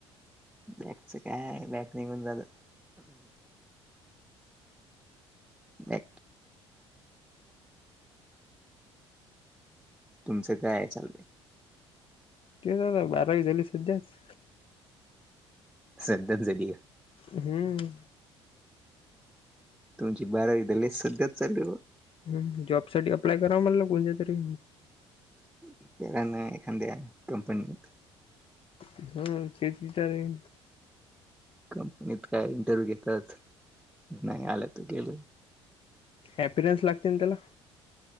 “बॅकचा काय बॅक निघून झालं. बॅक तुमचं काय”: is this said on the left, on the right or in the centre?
Centre